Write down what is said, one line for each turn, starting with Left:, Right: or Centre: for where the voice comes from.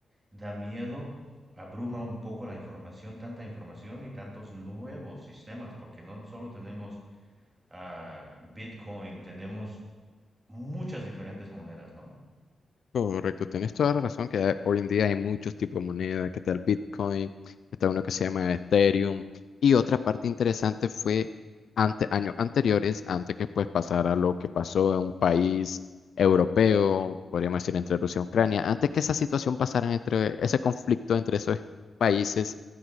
Right: da miedo, abruma un poco la información, tanta información y tantos nuevos sistemas, porque no solo tenemos ah, Bitcoin, tenemos muchas diferentes monedas, ¿no?
Left: Correcto, tienes toda la razón que hay- hoy en día hay muchos tipos de moneda, que está el Bitcoin, está uno que se llama Ethereum, y otra parte interesante fue ante, años anteriores, antes que pues pasara lo que pasó en un país europeo, podríamos decir entre Rusia y Ucrania, antes que esa situación pasara entre ese conflicto entre esos países,